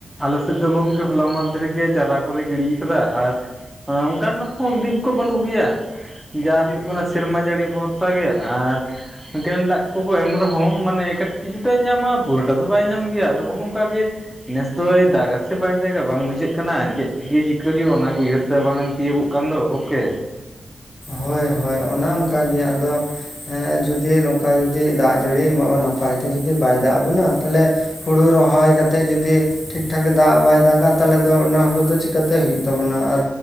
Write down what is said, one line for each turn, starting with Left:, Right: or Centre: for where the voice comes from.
Centre: ᱟᱞᱮᱥᱮᱫ ᱫᱚ ᱜᱚᱢᱠᱮ ᱦᱚᱞᱟ ᱢᱟᱽᱫᱷᱮ ᱨᱮ ᱜᱮᱮ ᱪᱟᱨᱟ ᱠᱚᱞᱮ ᱜᱤᱰᱤ ᱟᱠᱟᱫᱟ ᱟᱨ ᱦᱮ ᱚᱱᱠᱟᱱ ᱦᱚᱸ ᱫᱤᱯ ᱠᱚ ᱵᱟᱹᱱᱩᱜ ᱜᱮᱭᱟ? ᱡᱟ ᱦᱩᱭᱩᱜ ᱠᱟᱱᱟ ᱥᱮᱨᱢᱟ ᱡᱟᱹᱲᱤ ᱵᱷᱚᱨᱥᱟ ᱜᱮ ᱟᱨ ᱮᱠᱮᱱ ᱞᱟᱡ ᱠᱚᱠᱚ ᱮᱢ ᱨᱮᱦᱚᱸ ᱢᱟᱱᱮ ᱮᱴ ᱠᱤᱪᱷᱩᱴᱟᱭ ᱧᱟᱢᱟ ᱯᱩᱨᱟᱹᱴᱟ ᱫᱚ ᱵᱟᱭ ᱧᱟᱢ ᱜᱮᱭᱟ ᱟᱫᱚ ᱚᱱᱚ ᱱᱚᱝᱠᱟ ᱜᱮ ᱱᱮᱥ ᱫᱚᱭ ᱫᱟᱜ ᱜᱥᱮ ᱵᱟᱭ ᱫᱟᱜᱟ ᱵᱟᱝ ᱵᱩᱡᱷᱟᱹᱜ ᱠᱟᱱᱟ ᱪᱮᱫ ᱜᱮ ᱪᱤᱠᱟᱹ ᱦᱩᱭᱩᱜᱼᱟ ᱚᱱᱟᱱᱟᱜᱮ ᱩᱭᱦᱟᱹᱨᱛᱮ ᱵᱟᱝ ᱛᱤᱭᱳᱟᱹᱜᱚᱜ ᱠᱟᱱ ᱫᱚ ᱜᱚᱢᱠᱮ
Left: ᱦᱳᱭ ᱦᱳᱭ ᱚᱱᱮ ᱚᱱᱠᱟ ᱜᱮ ᱟᱫᱚ ᱦᱮᱸ ᱡᱚᱫᱤ ᱱᱚᱝᱠᱟ ᱡᱩᱚᱫᱤ ᱫᱟᱜ ᱡᱟᱹᱲᱤ ᱱᱟᱯᱟᱭ ᱛᱮ ᱡᱩᱫᱤ ᱵᱟᱭ ᱫᱟᱜ ᱟᱵᱚᱱᱟ ᱛᱟᱦᱚᱞᱮ ᱦᱳᱲᱩ ᱨᱚᱦᱚᱭ ᱠᱟᱛᱮᱫ ᱡᱩᱫᱤ ᱴᱷᱤᱠ ᱴᱷᱟᱠ ᱫᱟᱜ ᱵᱟᱭ ᱫᱟᱜᱟ ᱛᱟᱦᱚᱞᱮ ᱫᱚ ᱚᱱᱟ ᱦᱩᱲᱩ ᱫᱚ ᱪᱤᱠᱟᱛᱮ ᱦᱩᱭᱩᱜ ᱛᱟᱵᱚᱱᱟ ᱟᱨ